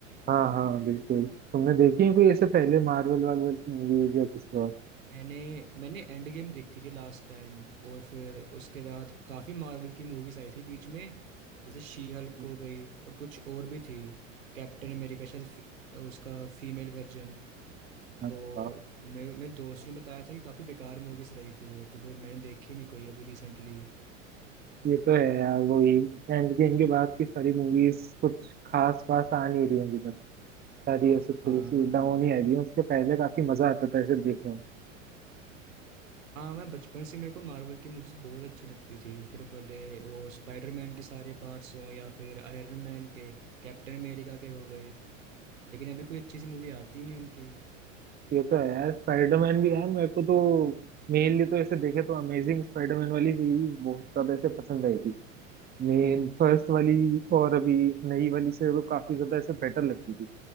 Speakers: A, on the right; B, on the right.
A: हाँ हाँ बिल्कुल तुमने देखी है कोई ऐसे पहले मार्वल वार्वल की मूवीज या किसी और
B: मैंने मैंने एंड गेम देखी थी लास्ट टाइम और फिर उसके बाद काफ़ी मार्वल की मूवीज़ आई थी बीच में जैसे शी हल्क
A: की?
B: हो गई और कुछ और भी थी कैप्टन अमेरिका शायद फी- उसका फीमेल वर्जन
A: हाँ,
B: तो
A: हाँ,
B: मेरे मेरे दोस्त ने बताया था कि काफ़ी बेकार मूवीज़ रही थी वो तो फिर मैंने देखी नहीं कोई अभी रिसेंटली
A: ये तो है यार वही एंड गेम के बाद की सारी मूवीज कुछ खास वास आ नहीं रही है अभी तक सारी ऐसे थोड़ी
B: हाँ
A: सी डाउन ही आ रही है उसके पहले काफी मजा आता था ऐसे देखने में
B: हाँ मैं बचपन से मेरे को मार्वल की मूवीज़ बहुत अच्छी लगती थी फिर भले वो स्पाइडरमैन के सारे पार्ट्स हों या फिर आयरन मैन के कैप्टन अमेरिका के हो गए लेकिन अभी कोई अच्छी सी मूवी आती ही नहीं उनकी
A: ये तो है यार स्पाइडरमैन भी यार मेरे को तो मेनली तो ऐसे देखे तो अमेजिंग स्पाइडरमैन वाली सीरीज बहुत ज्यादा ऐसे पसंद आई थी मेन फर्स्ट वाली और अभी नई वाली से तो काफी ज्यादा ऐसे बेटर लगती थी